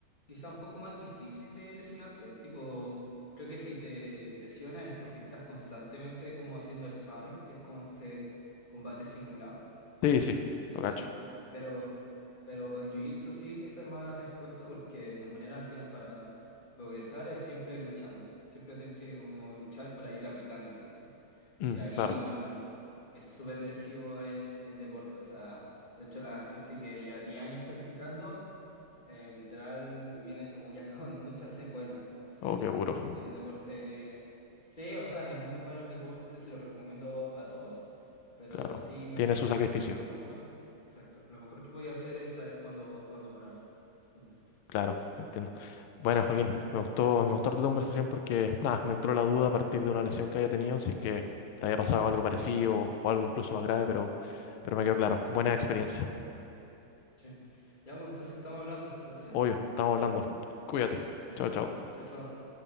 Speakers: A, on the left; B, on the left.
A: quizá un poco más difícil de lesionarte. Tipo, creo que si te lesionas es porque estás constantemente como haciendo sparring, que es como este combate simulado.
B: Sí, sí, sí,
A: O sea,
B: lo cacho.
A: s- pero, pero en Jiu-Jitsu sí estás más expuesto porque las maneras al final para progresar es siempre luchando. Siempre tienes que como luchar para ir aplicando al final.
B: Mm,
A: Y ahí,
B: claro,
A: bueno, es súper lesivo el, el deporte. O sea, de hecho la gente que lleva 10 años practicando eh, literal viene como ya <laughs> con muchas secuelas. Entonces,
B: oh, qué duro.
A: es un deporte. Sí, o sea, es muy bueno el deporte, se lo recomiendo a todos, pero
B: Claro,
A: sí, no
B: tiene
A: sé,
B: su
A: pues,
B: sacrificio,
A: lo mejor. Exacto. Lo mejor que voy a hacer es saber cuándo, cuándo parar. Mm,
B: claro, te entiendo. Bueno, Joaquín, me gustó, me gustó harto tu conversación porque, nada, me entró la duda a partir de una lesión que haya tenido, si es que te había pasado algo parecido o algo incluso más grave, pero, pero me quedó claro. Buena experiencia.
A: Sí. Ya, pues entonces estamos hablando, ¿te parece?
B: Obvio, estamos hablando. Cuídate.
A: Ya.
B: Chao, chao.
A: Chao, chao.